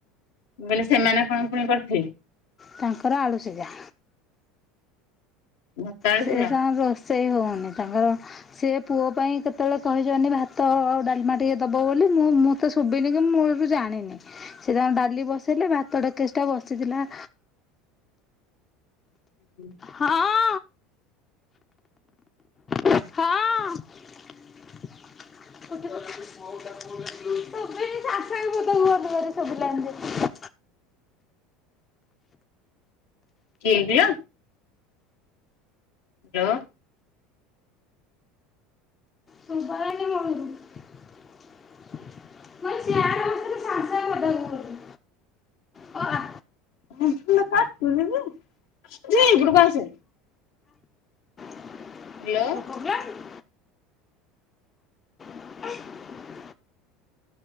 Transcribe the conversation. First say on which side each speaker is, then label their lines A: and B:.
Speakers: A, on the left (about 75°); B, on the left (about 30°).
A: କଇଲି ସେମାନେ କଣ ପୁଣି କରିଥିବେ?
B: ତାଙ୍କର ଆଳୁ ସିଜା।
A: ଭାତ ଆଳୁ
B: ସେ
A: ସିଝା
B: ତା ରୋଷେଇ ହଉନି ତାଙ୍କର ସେ ପୁଅ ପାଇଁ କେତେବେଳେ କହିଛନ୍ତି ଭାତ, ଡାଲମା ଟିକେ ଦବ ବୋଲି ମୁଁଁ, ମୁଁ ତ ଶୁଭିନି କି ମୁଁ ମୂଳରୁ ଜାଣିନି ସେ ତାଙ୍କ ଡାଲି ବସେଇଲେ ଭାତ ଡେକେଚିଟା ବସିଥିଲା
A: ହୁଁ
B: ହଁ। ହଁ। ଶୁବିନି ସାଙ୍ଗେ ସାଙ୍ଗେ <unintelligible> ଶୁବିଲାନି ଯେ
A: କିଏ କିଲୋ? ହ୍ୟଲୋ।
B: ଶୁଭା ଯାଇନି ମମି କୁ ମୁଁ ଚେୟାରେ ବସିଥିଲି ସାଙ୍ଗେ ସାଙ୍ଗେ ପଦା କୁ ଗଲି ଓ ଆ
A: ଏପଟ କୁ ଆସେ।
B: <inaudible>
A: hello
B: <inaudible>